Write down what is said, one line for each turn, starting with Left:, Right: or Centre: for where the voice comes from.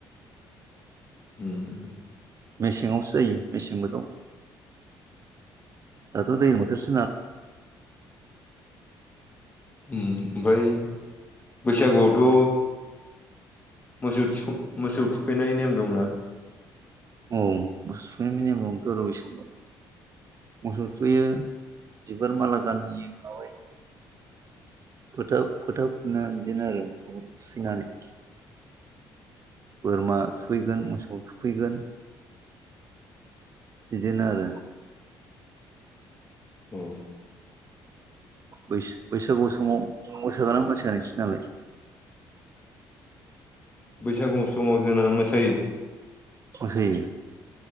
Left: उम
Right: मेसेङावसो जायो मेसें बोथोराव दाथ दैलां बोथोरसो नालाय
Left: उम ओमफ्राय बैसागुआवथ मोसौ थिख मोसौ थुखैनाय नेम दंना
Right: उम मोसौ थुखैनाय नेम दं थ आरो बैसागुआव मोसौ थुखैयो बिबार माला गानहोयो। माबायो फोथा फोथा फुनो बिदिनो आरो थुखैनानै बोरमा थुखैगोन मोसौ थुखैगोन बिदिनो आरो
Left: ओ
Right: बैस-बैसागु समाव मोसागोना मोसाया नोंसि नालाय
Left: बैसागु समाव जोंना मोसायो।
Right: मोसायो